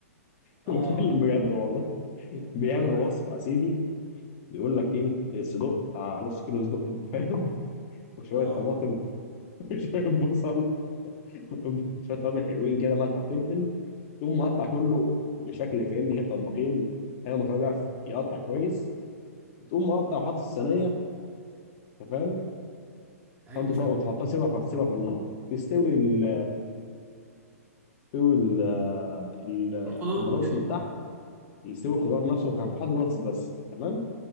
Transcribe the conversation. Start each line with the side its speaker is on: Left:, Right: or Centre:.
Right: اه
Left: <laughs> بتكلم بجد والله بيعمل
Right: ايوه
Left: وصفه
Right: عارف
Left: يا سيدي يقول لك جيب الصدوق بتاع نص كيلو صدق انت فاهم <laughs> وشويه
Right: اه
Left: طماطم <laughs> وشويه بصل وشويه توابل حلوين كده ملح وفلفل تقوم مقطع كله بشكل فاهمني كده طباخين ايوه ما شاء الله بيعرف يقطع كويس وتقوم مقطع وحاط في الصينيه انت فاهم
Right: ايوه
Left: تحط شويه
Right: فاهم
Left: وتحطها سيبها في سيبها في النار تستوي ال تستوي ال ال-
Right: الخضار
Left: البطاطس
Right: وكده
Left: من تحت يستوي الخضار نفسه وكان حاطط بطاطس بس تمام